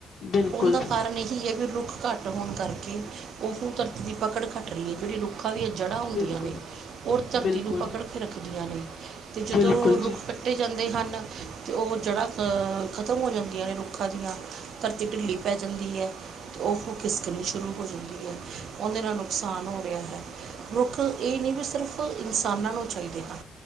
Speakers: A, on the left (about 65°); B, on the right (about 70°).
A: ਬਿਲਕੁਲ
B: ਉਹਦਾ ਕਾਰਨ ਇਹੀ ਹੈ ਵੀ ਰੁੱਖ ਘੱਟ ਹੋਣ ਕਰਕੇ ਉਹ ਧਰਤੀ ਦੀ ਪਕੜ ਘਟ ਰਹੀ ਹੈ ਜਿਹੜੀ ਰੁੱਖਾਂ ਦੀਆਂ ਜੜ੍ਹਾਂ ਹੁੰਦੀਆਂ
A: ਬਿਲਕੁਲ
B: ਨੇ ਉਹ ਧਰਤੀ
A: ਬਿਲਕੁਲ
B: ਨੂੰ ਪਕੜ ਕੇ ਰੱਖਦੀਆਂ ਨੇ ਤੇ ਜਦੋਂ
A: ਬਿਲਕੁਲ
B: ਰੁੱਖ
A: ਜੀ
B: ਕੱਟੇ ਜਾਂਦੇ ਹਨ ਅਤੇ ਉਹ ਜੜਾ ਅ ਖਤਮ ਹੋ ਜਾਂਦੀਆਂ ਨੇ ਰੁੱਖਾਂ ਦੀਆਂ ਧਰਤੀ ਢਿੱਲੀ ਪੈ ਜਾਂਦੀ ਹੈ ਉਹ ਖਿਸਕਣੀ ਸ਼ੁਰੂ ਹੋ ਜਾਂਦੀ ਹੈ ਉਹਨਦੇ ਨਾਲ ਨੁਕਸਾਨ ਹੋ ਰਿਹਾ ਹੈ। ਰੁੱਖ ਇਹ ਨਹੀਂ ਵੀ ਸਿਰਫ ਇਨਸਾਨਾਂ ਨੂੰ ਚਾਹੀਦੇ ਹਨ